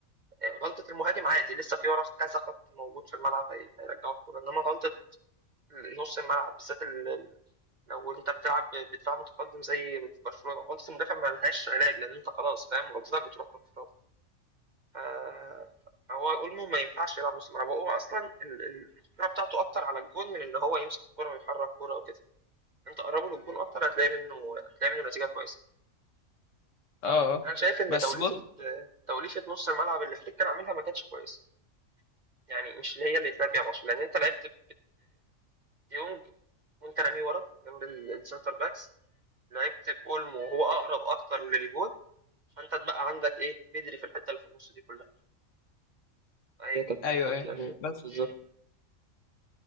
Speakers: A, on the right; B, on the left.
A: آه، غلطة المهاجم عادي لسه في ورا كذا خط موجود في الملعب هي- هيرجعوا الكورة انما غلطة نص الملعب بالذات ال- ال- لو انت بتلعب بدفاع متقدم زي في برشلونة غلطة المدافع ما لهاش علاج لان انت خلاص فاهم غلطتك بتروح بانفراد آه، هو اولمو ما ينفعش يلعب نص ملعب هو اصلا ال- ال- الخطوره بتاعته اكتر على الجون من ان هو يمسك الكوره ويحرك الكوره وكده انت قربه للجون اكتر هتلاقي منه هتلاقي منه نتيجه كويسه
B: اه اه
A: انا شايف ان
B: بس
A: توليفه
B: بص
A: آه، توليفه نص الملعب اللي فليك كان عاملها ما كانتش كويسه يعني مش اللي هي اللي اتلعب بيها ماتش لان انت لعبت بديونج وانت راميه ورا جنب ال- السنتر باكس لعبت باولمو وهو اقرب اكتر للجون فانت اتبقى عندك ايه بدري في الحته اللي في النص دي كلها فهي كانت
B: ايوه
A: كانت
B: ايوه
A: يعني
B: بس
A: بالظبط